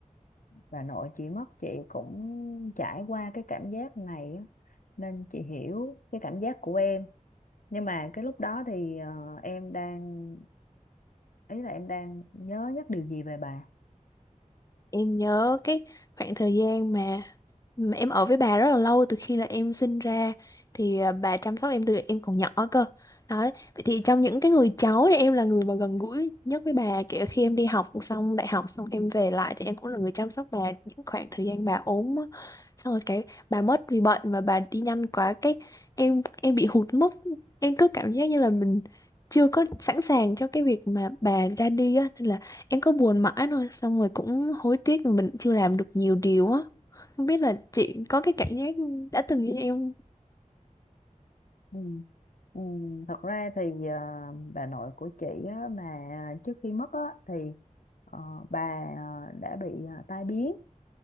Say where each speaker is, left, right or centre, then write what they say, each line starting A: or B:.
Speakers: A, on the left; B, on the left.
A: bà nội chị mất chị cũng trải qua cái cảm giác này á, nên chị hiểu cái cảm giác của em. Nhưng mà cái lúc đó thì ờ, em đang ý là em đang nhớ nhất điều gì về bà?
B: em nhớ cái khoảng thời gian mà mà em ở với bà rất là lâu từ khi là em sinh ra thì à, bà chăm sóc em từ em còn nhỏ cơ đó vậy thì trong những cái người cháu thì em là người mà gần gũi nhất với bà kể cả khi em đi học xong đại học xong em về lại thì em cũng là người chăm sóc bà những khoảng thời gian bà ốm á. xong rồi cái bà mất vì bệnh mà bà đi nhanh quá cái em em bị hụt mất em cứ cảm giác như là mình chưa có sẵn sàng cho cái việc mà bà ra đi á nên là Em cứ buồn mãi thôi, xong rồi cũng hối tiếc vì mình chưa làm được nhiều điều á. Không biết là chị có cái cảm giác đã từng như em không?
A: Ừ. Ừ, thật ra thì ờ, bà nội của chị á, mà trước khi mất á, thì ờ, bà ờ, đã bị ờ, tai biến